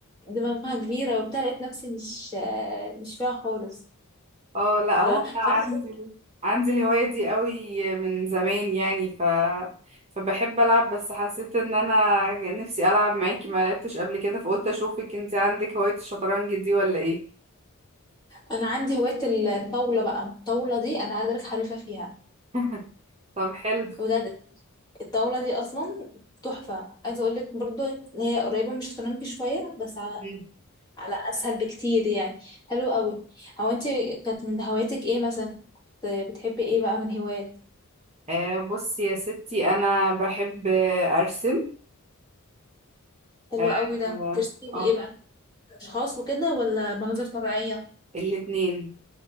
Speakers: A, on the left (about 20°); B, on the right (about 30°).
A: دماغها كبيره وبتاع لقيت نفسي مش آه مش فيها خالص
B: اه لا هو
A: فاهمة؟
B: أنا
A: فانا
B: عندي
A: إيه،
B: عندي الهواية دي قوي من زمان يعني ف فبحب ألعب بس حسيت إن أنا نفسي ألعب معاكي ما لعبتش قبل كده فقلت أشوفك انتي عندك هواية الشطرنج دي ولا إيه
A: انا عندي هوايه الطاوله بقى الطاوله دي انا عايزه اقول لك حريفه فيها
B: <laughs> طب حلو
A: بجد الطاوله دي اصلا تحفه عايزه اقول لك برضو هي قريبه من الشطرنج شويه بس
B: مم.
A: على اسهل بكتير يعني حلو قوي هو انت كانت من هواياتك ايه مثلا كنت بتحبي ايه بقى من هوايات
B: آه بصي يا ستي أنا بحب آه، أرسم
A: حلو
B: اه
A: قوي ده
B: آه،
A: كنت بترسمي
B: آه،
A: ايه بقى اشخاص وكده ولا مناظر طبيعيه
B: الاتنين